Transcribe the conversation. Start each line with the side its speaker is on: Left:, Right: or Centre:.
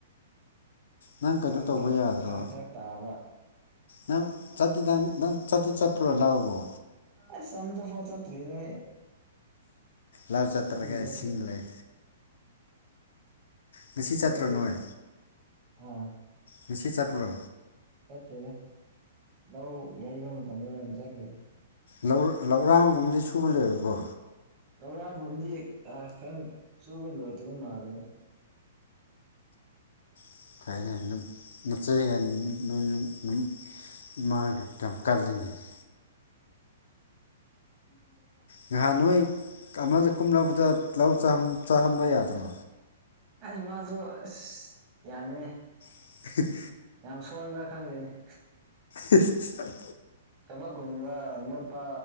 Left: ꯅꯪ ꯀꯩꯅꯣ
Right: ꯐꯔꯛ
Left: ꯇꯧꯕ
Right: ꯐꯔꯛ
Left: ꯌꯥꯗ꯭ꯔꯣ
Right: ꯐꯔꯛ ꯐꯔꯛ ꯇꯥꯕ
Left: ꯅꯪ ꯆꯠꯇꯤ ꯅꯪ ꯅꯪ ꯆꯠꯇꯤ ꯆꯠꯄ꯭ꯔꯣ ꯂꯧꯕꯕꯣ
Right: ꯑꯁꯥꯝꯗ ꯐꯥꯎ ꯆꯠꯇ꯭ꯔꯤꯌꯦ
Left: ꯂꯥꯢꯠ ꯆꯠꯇ꯭ꯔꯒ
Right: ꯆꯠꯇ꯭ꯔꯤ
Left: ꯏꯁꯤꯡ ꯂꯩ ꯉꯁꯤ ꯆꯠꯇ꯭ꯔꯣ
Right: ꯂꯧ
Left: ꯅꯣꯢ
Right: ꯑꯥ
Left: ꯉꯁꯤ ꯆꯠꯄ꯭ꯔꯣ
Right: ꯆꯠꯇꯦꯗ ꯂꯧ ꯌꯩꯕ ꯃꯇꯝꯗ ꯑꯣꯏꯅ ꯆꯠꯈ꯭ꯔꯒꯦ
Left: ꯂꯧ ꯂꯧꯔꯥꯡꯒꯨꯝꯕꯖꯤ ꯁꯨ ꯂꯩꯔꯕꯣ
Right: ꯂꯧꯔꯥꯡꯒꯨꯝꯗꯤ ꯑꯥ ꯈꯔ ꯁꯨꯕ ꯂꯣꯏꯗꯕ ꯃꯥꯜꯂꯦ
Left: UNINTELLIGIBLE ꯏꯃꯥꯗꯤ ꯀꯞꯀꯜꯂꯤꯅꯦ
Right: UNINTELLIGIBLE
Left: ꯉꯍꯥꯟ ꯅꯣꯏ ꯀꯃꯜꯗ ꯀꯨꯝꯂꯛꯄꯗꯣ ꯂꯧ ꯆꯪ ꯆꯥꯍꯟꯕ ꯌꯥꯗ꯭ꯔꯣ
Right: ꯑꯩ ꯃꯥꯖꯨ ꯑꯥꯁ ꯌꯥꯅꯤꯅꯦ
Left: INAUDIBLE
Right: ꯌꯥꯝ ꯁꯣꯟꯕ꯭ꯔꯥ ꯈꯪꯗꯦꯅꯦ
Left: INAUDIBLE
Right: ꯊꯕꯛ ꯀꯨꯝꯕ ꯃꯣꯠꯄꯥ